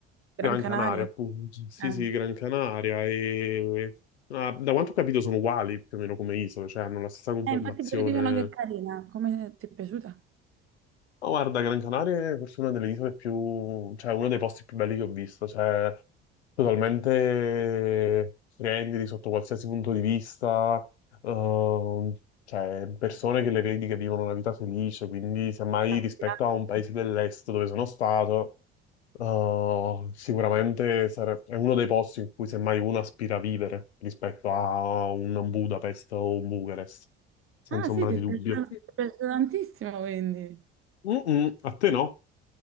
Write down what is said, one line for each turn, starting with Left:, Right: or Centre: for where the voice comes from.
Left: Gran
Right: Gran Canaria?
Left: Canaria, appunto. Sì,
Right: Eh.
Left: sì, Gran Canaria. E ah, da quanto ho capito sono uguali più o meno come isole, cioè hanno la stessa conformazione
Right: Eh, infatti pure dicono che è carina. Come ti è piaciuta?
Left: Ma guarda, Gran Canaria è forse una delle isole più, cioè uno dei posti più belli che ho visto, cioè totalmente splendidi sotto qualsiasi punto di vista, ehm, cioè persone che le vedi che vivono una vita felice, quindi semmai
Right: La
Left: rispetto
Right: spiaggia?
Left: a un paese dell'est dove sono stato, eh, sicuramente sare- è uno dei posti in cui semmai uno aspira a vivere rispetto a un Budapest o un Bucarest, senza
Right: Ah sì,
Left: ombra
Right: ti
Left: di
Right: è
Left: dubbio.
Right: piaciuta, ti è piaciuta tantissimo, quindi.
Left: Mm-mm, a te no?